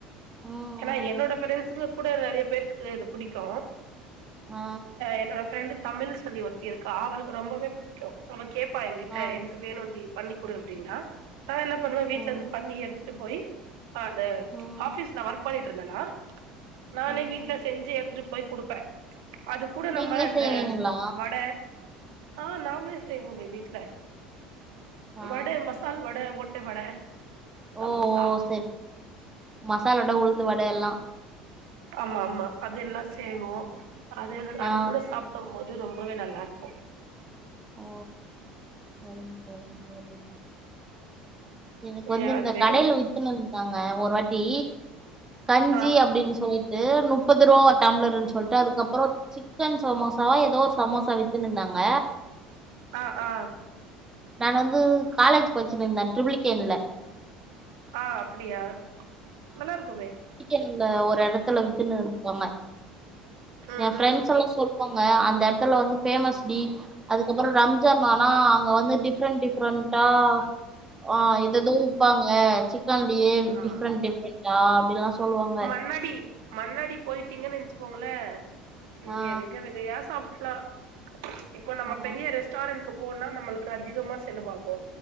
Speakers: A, on the right; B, on the right.
A: ம்
B: ஏன்னா என்னோட பிரரெண்ட்ஸுங்க கூட நெறய பேருக்கு இது பிடிக்கு
A: ஆ
B: என்னோட ஃப்ரெண்டுதமிழ்னு சொல்லி ஒருத்தி இருக்கா அவளுக்கு ரொம்பவே புடிக்கு அவ கேப்பா என்கிட்ட
A: ஆ
B: எனக்கு வேணும்ண்டி பண்ணி குடு அப்படின்னா நா என்ன பண்ணுவே வீட்ல
A: ம்
B: இருந்து பண்ணி எடுத்து - ட்டு போயி அந்த
A: ம்
B: ஆபீஸ்ல ஒர்க் பண்ணிட்டு இருந்தன்னா நானே
A: ம்
B: வீட்டுல செஞ்சு எடுத்துட்டு போய் குடுப்பே அது கூூட
A: நீங்களே
B: நம்ம இந்த
A: செய்வீங்களா
B: வட ஆ நாமலேசெய்வோமே வீட்டுல
A: ஆ
B: வட மசி மசால் வட ஓட்ட வட சமோசா
A: ஓ ஓ சேரி மசால் வட உளுந்து வட எல்லா
B: ஆமா ஆமா அதுெல்லா செய்வோ அது அது
A: ஆ
B: கூட சாப்ப டும் போது ரொம்பவே நல்லா இருக்கு
A: ஓ சேரிங்க சேரிங்க சேரி எனக்கு வந்து
B: ஏ
A: இந்த
B: அது வெறு
A: கடையில வித்துனு வந்தாங்க ஒரு வாட்டி கஞ்சி
B: ஆ
A: அப்டின்னு சொல்லி -ட்டு முப்பது ரூவா ஒரு டம்ளர்ன்னு சொல்ட்டு அதுக்கப்றோ சிக்கன் சமோசா ஏதோ ஒரு சமோசா வித்துன்னு இருந்தாங்க
B: ஆ ஆ
A: நான் வந்து காலேஜ் பச்சினு இருந்தே ட்ரிப்ளிகேன்ல
B: ஆ அப்படியா நல்லா இருக்குமே
A: ன்ல ஒரு இடத்துல வித்துன்னு இருப்பாங்க
B: ம்
A: எ
B: ம்
A: ரெண்ட்ஸ் எல்லா சொல் பங்க அந்த இடத்துல வந்து ஃபேமஸ் டி அதுக்கப்புறோ ரம்ஜான் ஆனா அங்க வந்து டிஃப்ரெண்ட் டிஃப்ரெண்டா ஆ எத எதோ விப்பாங்க சிக்கன்லயே
B: ஆமா
A: டிஃப்ரெண்ட் டிஃப்ரெண்டா அப்டிலா சொல்லுவாங்க
B: முன்னாடி மன்வாடி போயிட்டீங்கன்ச்சுகோங்களே நீங்க
A: ஆ
B: வெக வெகையா சாப்ட்கலா இப்போ நம்ம
A: ஆ
B: பெரிய ரெஸ்ட்டாரண்ட்க் போனா நம்மளுக்கு அதிகமா செலவாகு